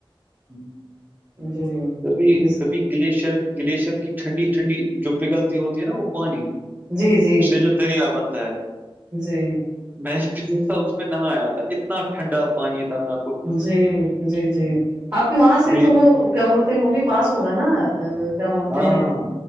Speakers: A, on the right (about 20°); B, on the right (about 40°).
A: ہمم
B: جی
A: کبھی
B: جی
A: کبھی گلیشر گلیشئر کی ٹھنڈی ٹھنڈی جو پگلتی ہوتی ہے نہ وہ پانی
B: جی
A: اس سے جو دریا بنتا ہے
B: جی
A: میں <unintelligible> پے نہایا تھا اتنا ٹھنڈا پانی تھا نا
B: جی جی جی آپ کے وہاں سے
A: میری
B: تو وہ کیا بولتے ہیں وہ بھی پاس ہوگا نا آ کیا بولتے
A: ہاں ہاں
B: ہیں
A: ہاں